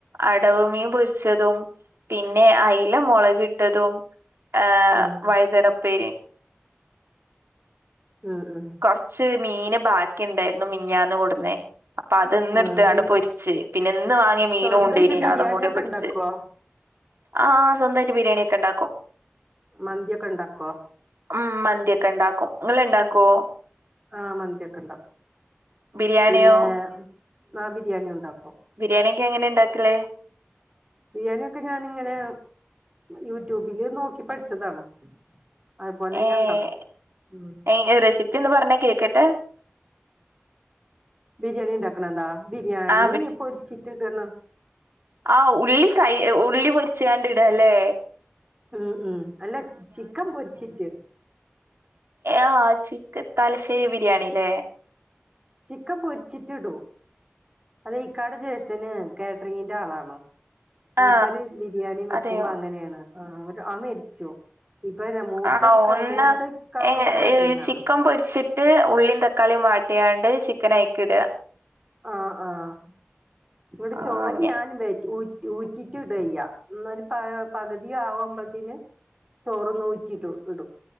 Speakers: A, on the right; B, on the right.
A: അടവ മീൻ പൊരിച്ചതും പിന്നെ അയില മുളകിട്ടതും ഏഹ്
B: ഉം
A: വഴുതനുപ്പേരിയും
B: ഉം ഉം
A: കൊറച്ച് മീന് ബാക്കി ഉണ്ടായിരുന്നു മിനിഞ്ഞാന്ന് കൊണ്ടുന്നേ അപ്പൊ അതിന്ന്
B: ആഹ്
A: എടുത്തുകാണ്ട്
B: ബി
A: പൊരിച്ച് പിന്നെ ഇന്ന് വാങ്ങിയ മീനും
B: സ്വന്തായിട്ട്
A: ഉണ്ടെയിനി
B: ബിരിയാണി
A: അതും കൂടി
B: ഒക്കെ
A: പൊരിച്ച്
B: ഉണ്ടാക്കുവോ
A: ആഹ് ആഹ് സ്വന്തമായിട്ട് ബിരിയാണി ഒക്കെ ഉണ്ടാക്കും
B: മന്തിയൊക്കെ ഉണ്ടാക്കുവോ
A: ഉം മന്തിയൊക്കെ ഉണ്ടാക്കും ഇങ്ങള് ഇണ്ടാക്കുവോ
B: ആഹ് മന്തിയൊക്കെ ഉണ്ടാക്കും
A: ബിരിയാണിയോ
B: പിന്നെ ആഹ് ബിരിയാണി ഉണ്ടാക്കും
A: ബിരിയാണി ഒക്കെ എങ്ങനെ ഉണ്ടാക്കല്
B: ബിരിയാണി ഒക്കെ ഞാനിങ്ങനെ യൂട്യൂബില് നോക്കി പഠിച്ചതാണ് അതുപോലെ
A: ഏഹ്
B: ഞാൻ ഉണ്ടാക്കും ഉം
A: എങ്കി റെസിപ്പി ഒന്ന് പറഞ്ഞെ കേക്കട്ടെ
B: ബിരിയാണി ഉണ്ടാക്കണതോ ബിരിയാണി
A: ആ
B: പൊരിച്ചിട്ട് ഇതിടണം
A: ആഹ് ഉള്ളി ഫ്രൈ ഉള്ളി പൊരിച്ചാണ്ട് ഇടുവല്ലേ
B: ഉം ഉം അല്ല ചിക്കൻ പൊരിച്ചിട്ട്
A: ആഹ് ചിക്കൻ തലശ്ശേരി ബിരിയാണി അല്ലേ
B: ചിക്കൻ പൊരിച്ചിട്ടിടുവൊ അതെ ഇക്കാടെ ജ്യേഷ്ഠന് കേറ്ററിങ്ങിന്റെ ആളാണ് മൂപ്പര്
A: ആ
B: ബിരിയാണി വെക്കുമ്പോ
A: അതെയോ
B: അങ്ങനെയാണ് ആഹ് ഒരു ആ മരിച്ചു ഇപ്പൊന്ന മൂത്തക്ക
A: ആണോ ഒന്ന്
B: മൂത്തക്കാക്കും
A: എങ്ങ
B: കേറ്ററിങ്ങ്
A: ചിക്കൻ
B: ആണ്
A: പൊരിച്ചിട്ട് ഉള്ളിയും തക്കാളിയും വാട്ടിയാണ്ട് ചിക്കൻ അയിക്ക് ഇടുക
B: ആഹ് ആഹ് ഇവടെ
A: ആ
B: ചോറ്
A: ഞ
B: ഞാനും ബേറ്റു ഊ ഊറ്റീട്ട് ഇടുവേ ചെയ്യാം എന്ന ഒരു പ പകുതി ആവുമ്പഴത്തേന് ചോറ് ഊറ്റീട്ട് ഇടും